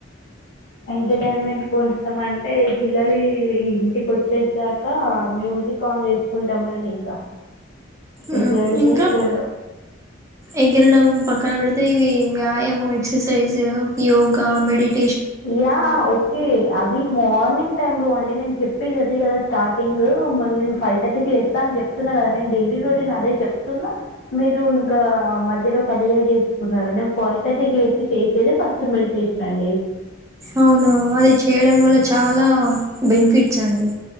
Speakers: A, on the left (about 65°); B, on the right (about 15°).
A: ఎంటర్టైన్మెంట్ కోసం అంటే, ఈ పిల్లలు ఈ ఇంటికొచేసాక మ్యూజి కాన్ జేస్కుంటమండి ఇంకా
B: ఉ
A: ఎగరడమే
B: ఇంకా
A: ఎగరడం
B: ఎగరడం ప కన పెడితే ఇవి వ్యాయామం, ఎక్ససైజ్, యోగా, మెడిట్
A: యా ఒకే అవి మార్నింగ్ టైమ్లో అండి, నేను చెప్పేది అదేగదా స్టార్టింగ్, మెన్ నేన్ ఫైవ్ థర్టీ కి లెస్తా అని జెప్తున్ కదా నేన్ డైలీ రొటీన్ అదే చెప్తున్నా, మీరు ఇంకా మధ్యలో కలియ జేస్కున్నరన్ ఫైవ్థర్టీకి లేసి చేసేది ఫస్ట్ మెడిటేషన్ అండి
B: అవునా, అది చేయడం వల్ల చాలా బెనిఫిట్స్ అండి.